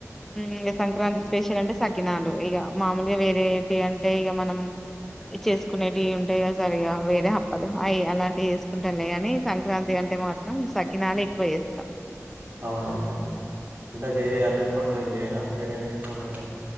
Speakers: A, in the centre; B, on the right (about 35°).
A: ఇంగ సంక్రాంతి స్పెషల్ అంటే సకినాలు ఇగ మామూలుగా వేరే ఏంటి అంటే ఇగ మనం చేసుకునేటివి ఉంటాయి గా సార్ ఇగ వేరే అప్పాలు అయి అలాంటివి ఎసుకుంటాలేగాని సంక్రాంతి అం అంటె మాత్రం సకినాలే ఎక్కువ చేస్తా
B: అవునవునవును అంటే వేరే అదర్ పండుగలు చేయరా వేరే వేరే పండుగలు